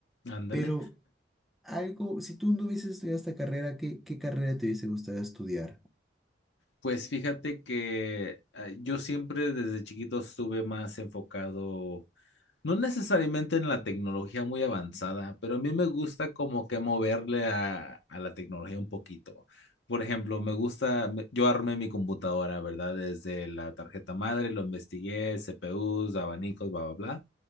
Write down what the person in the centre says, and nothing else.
pero algo, si tú no hubieses estudiado esta carrera, ¿qué, qué carrera te hubiese gustado estudiar?